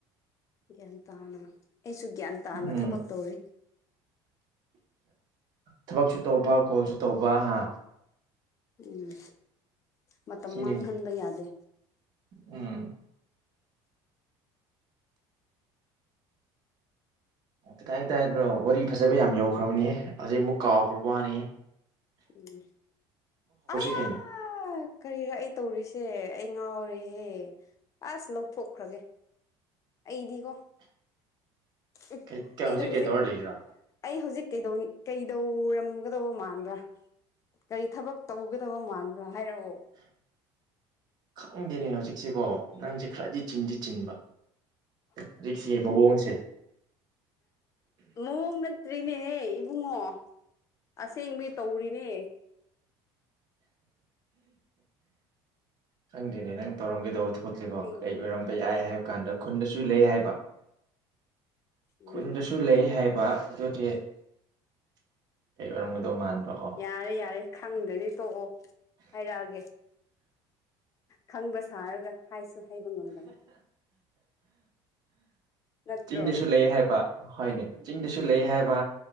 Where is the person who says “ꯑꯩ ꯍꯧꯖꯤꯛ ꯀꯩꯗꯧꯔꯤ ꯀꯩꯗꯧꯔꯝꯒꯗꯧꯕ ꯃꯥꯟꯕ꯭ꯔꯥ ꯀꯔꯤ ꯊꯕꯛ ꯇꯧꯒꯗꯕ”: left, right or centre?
Left